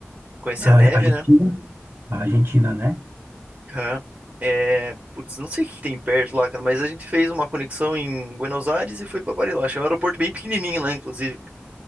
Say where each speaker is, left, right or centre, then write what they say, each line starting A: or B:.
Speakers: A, on the right (about 35°); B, on the right (about 65°).
A: Conheci
B: A
A: a neve,
B: Argentina?
A: né?
B: A Argentina, né?
A: Aham. É, putz, não sei o que tem perto lá, cara, mas a gente fez uma conexão em Buenos Aires e foi pra Bariloche. É um aeroporto bem pequenininho lá, inclusive.